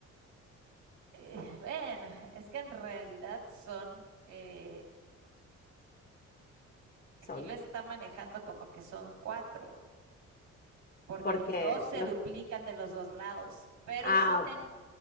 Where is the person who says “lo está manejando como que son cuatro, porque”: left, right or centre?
Right